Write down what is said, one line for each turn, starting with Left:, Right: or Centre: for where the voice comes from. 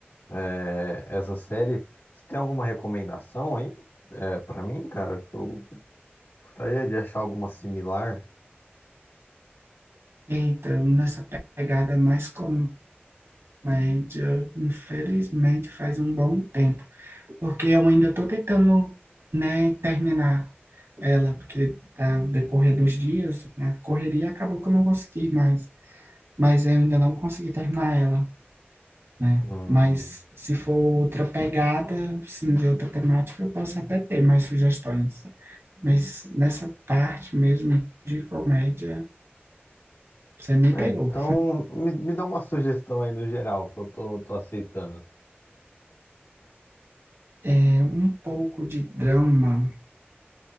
Left: é, essa série, você tem alguma recomendação aí, é, para mim, cara? Eu gostaria de achar alguma similar.
Right: Então, nessa pegada mais com média, infelizmente faz um bom tempo, porque eu ainda estou tentando, né, terminar ela, porque ao decorrer dos dias, né, a correria acabou que eu não consegui mais, mas eu ainda não consegui terminar ela, né?
Left: Hum.
Right: Mas se for outra pegada, sim, de outra temática, eu posso até ter mais sugestões. Mas nessa parte mesmo de comédia, você me pegou.
Left: É, então me, me dá uma sugestão aí no geral, que eu tô, tô aceitando.
Right: É um pouco de drama.